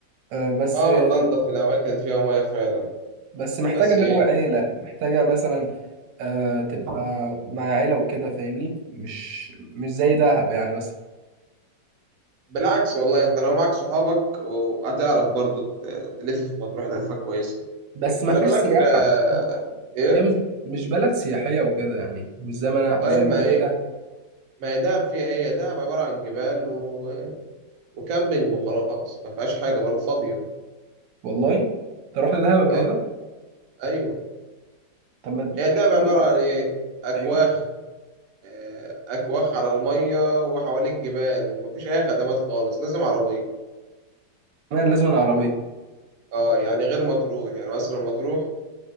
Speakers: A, on the right (about 85°); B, on the right (about 60°).
A: آه، بس
B: اه
A: آه،
B: من انضف الاماكن فيها مياه فعلا
A: بس محتاجه
B: بس
A: جو
B: ايه
A: عيله محتاجه مثلا آه تبقى مع عيلة وكده فاهمني مش مش زي دهب يعني مثلا
B: بالعكس والله انت لو معاك صحابك وهتعرف برضو ت- تلف في مطروح لفه كويسه
A: بس ما
B: خلي
A: فيهاش
B: بالك
A: سياحة
B: آه، ايه
A: هي مش مش بلد سياحية وكده يعني مش زي ما انا
B: طيب
A: زي
B: ما
A: مش زي
B: هي-
A: دهب
B: ما هي دهب فيها ايه دهب عباره عن جبال و... وكامبينج وخلاص ما فيهاش حاجة برضه فاضية
A: والله انت رحت دهب قبل
B: اه
A: كده
B: ايوه
A: طب ما
B: هي ده
A: احكي
B: عبارة
A: لي بقى
B: عن ايه اكواخ
A: ايوه
B: آه، اكواخ على المية وحواليك جبال مفيش اي خدمات خالص لازم عربية
A: تمام لازم العربية
B: اه يعني غير مطروح يعني مثلا مطروح